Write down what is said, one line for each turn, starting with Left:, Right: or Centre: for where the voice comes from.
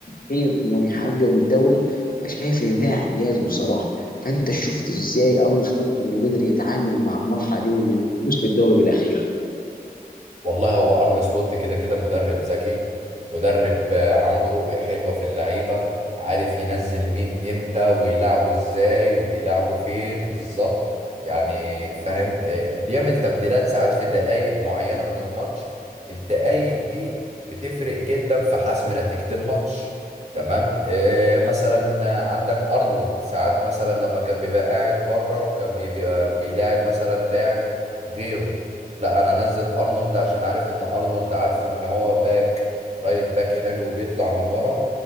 Left: خير انهم يحققوا الدوري فشايف ان ده اعجاز بصراحه فانت شفت ازاي ارن سلوت انه قدر يتعامل مع المرحله دي وانه يفوز بالدوري بالاخير
Right: والله هو ارن سلوت كده كده مدرب ذكي مدرب آه، عنده رؤية حلوة في اللعيبة عارف ينزل مين امتى ويلعبوا ازاي وبيلعبوا فين بالظبط يعني فاهم آه، بيعمل تبديلات ساعات في دقائق معينة من الماتش الدقائق دي بتفرق جدا في حسم نتيجة الماتش تمام آه مثلا عندك ارنولد ساعات مثلا لما كان بيبقى قاعد بره وكان بيبقى بيلاعب مثلا لاعب غيره لا انا انزل ارنولد عشان عارف ان ارنولد عارف ان هو باك رايت باك حلو بيطلع من ورا